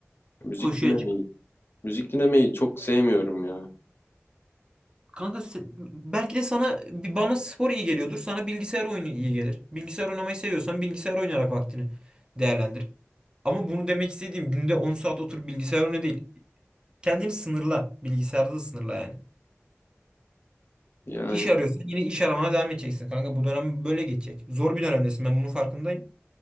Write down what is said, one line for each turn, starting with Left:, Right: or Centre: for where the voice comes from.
Left: Müzik
Right: Koşuya
Left: dinlemeyi,
Right: çık.
Left: müzik dinlemeyi çok sevmiyorum ya.
Right: Kanka sen- belki de sana bir- bana spor iyi geliyordur. Sana bilgisayar oyunu iyi gelir. Bilgisayar oynamayı seviyorsan bilgisayar oynayarak vaktini değerlendir. Ama bunu demek istediğim günde 10 saat otur bilgisayar oyna değil. Kendini sınırla. Bilgisayarda da sınırla yani.
Left: Yani
Right: İş arıyorsan yine iş aramana devam edeceksin kanka. Bu dönem böyle geçecek. Zor bir dönemdesin ben bunun farkındayım.